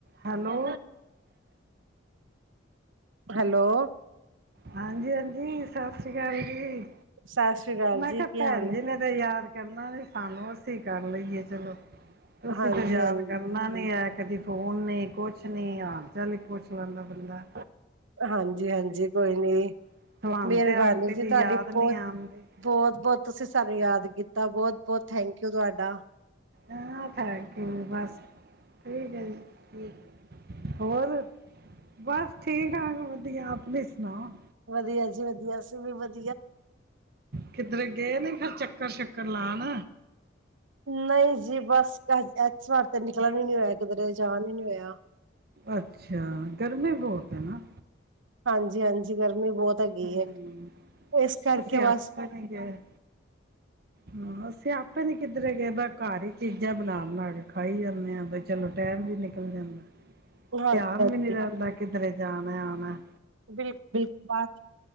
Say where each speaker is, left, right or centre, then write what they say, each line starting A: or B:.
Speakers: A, on the right; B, on the right.
A: ਹੈਲੋ।
B: ਹੈਲੋ।
A: ਹਾਂਜੀ-ਹਾਂਜੀ ਸਤਿ ਸ਼੍ਰੀ ਅਕਾਲ ਜੀ।
B: ਸਤਿ ਸ੍ਰੀ ਅਕਾਲ
A: ਮੈਂ
B: ਜੀ
A: ਕਿਹਾ
B: ਕੀ
A: ਭੈਣ
B: ਹਾਲ
A: ਜੀ
B: ਆ?
A: ਨੇ ਯਾਦ ਕਰਨਾ ਨੀ ਸਾਨੂੰ ਅਸੀਂ ਕਰ ਲਈਏ ਚਲੋ ਤੁਸੀਂ
B: ਹਾਂਜੀ
A: ਤੇ ਯਾਦ
B: ਹਾਂਜੀ
A: ਕਰਨਾ ਕਰਨਾ ਨ ਹੈ ਕਦੀ ਫੋਨ ਨੀ ਕੁਛ ਨੀ, ਹਾਲ ਚਾਲ ਹੀ ਪੁੱਛ ਲੈਂਦਾ ਬੰਦਾ
B: ਹਾਂਜੀ-ਹਾਂਜੀ ਕੋਈ ਨੀ,
A: ਤੁਹਾਨੂੰ
B: ਮਿਹਰਬਾਨੀ
A: ਤੇ ਆਂਟੀ
B: ਜੀ
A: ਦੀ
B: ਤੁਹਾਡੀ
A: ਯਾਦ
B: ਬੋਤ
A: ਨੀ ਆਉਂਦੀ
B: ਬਹੁਤ- ਬਹੁਤ ਤੁਸੀਂ ਸਾਨੂੰ ਯਾਦ ਕੀਤਾ। ਬਹੁਤ-ਬਹੁਤ ਥੈਂਕ ਯੂ ਤੁਹਾਡਾ
A: ਆ ਬਸ ਠੀਕ ਹੈ ਜੀ ਠੀਕ ਹੋਰ ਬਸ ਠੀਕ ਠਾਕ ਵਧੀਆ ਆਪਣੀ ਸੁਣਾਓ?
B: ਵਧੀਆ ਜੀ ਵਧੀਆ ਅਸੀ ਵੀ ਵਧੀ
A: ਕਿੱਧਰ ਗਏ ਨੇ ਫਿਰ ਚੱਕਰ ਸ਼ੱਕਰ ਲਾਉਣ?
B: ਨਹੀਂ ਜੀ ਬਸ ਘਰ ਇਸ ਵਾਰ ਤੇ ਨਿਕਲਣ ਨੀ ਹੋਇਆ ਕਿਧਰੇ ਜਾਣ ਨ ਨੀ ਹੋਇਆ।
A: ਅੱਛਾ, ਗਰਮੀ ਬਹੁਤ ਹੈ ਨਾ
B: ਹਾਂਜੀ-ਹਾਂਜੀ ਗਰਮੀ ਬਹੁਤ ਹੈਗੀ
A: ਹੂੰ,
B: ਹੈ ਇਸ ਕਰਕੇ
A: ਅਸੀੇ
B: ਬਸ
A: ਅਪ ਨ ਗਏ। ਹੂੰ ਅਸੀਂ ਆਪੇ ਨੀ ਕਿੱਧਰੇ ਗਏ ਘਰ ਹੀ ਚੀਜ਼ਾਂ ਬਣਾ ਬਣਾ ਕੇ ਖਾਈ ਜਾਂਨੇ ਆ ਬੇ। ਚਲੋ ਟਾਇਮ ਵੀ ਨਿਕਲ ਜਾਂਦਾ।
B: ਹਾਂਜੀ
A: ਧਿਆਨ
B: ਹਾਂਜੀ
A: ਵੀ ਨੀ ਰੱੰਹਿਦਾ ਕਿਧਰੇ ਜਾਣਾ ਆਉਣਾ।
B: <inaudible>